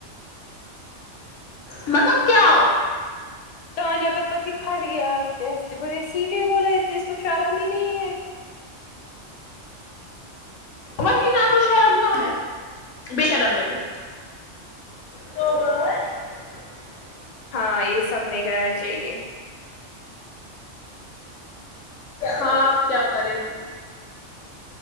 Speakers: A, on the left; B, on the left.
A: مطلب کیا
B: تانیہ کا پتی پھٹ گیا ہنستے ہنستے بڑے سیدھے بولا استے اس کو شرم ہی نہیں ہے
A: وہیں نہ تو شرم کہاں ہے بے شرم ہے وہ <unintelligible>
B: ہاں یہ سب نہیں کہنا چاہیے
A: ہاں آب کیا کریں